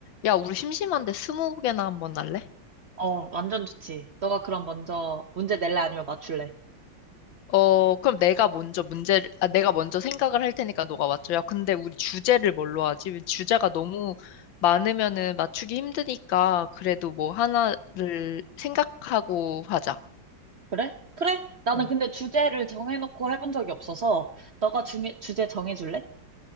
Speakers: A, on the left (about 85°); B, on the right (about 50°).
A: 야, 우리 심심한데 스무고개나 한번 할래?
B: 어, 완전 좋지. 너가 그럼 먼저 문제 낼래 아니면 맞출래?
A: 어, 그럼 내가 먼저 문제를, 아, 내가 먼저 생각을 할 테니까 너가 맞춰. 야, 근데 우리 주제를 뭘로 하지? 주제가 너무 많으면은 맞추기 힘드니까 그래도 뭐 하나를 생각하고 하자.
B: 그래? 그래? 나는
A: 응.
B: 근데 주제를 정해놓고 해본 적이 없어서 너가 중에, 주제 정해줄래?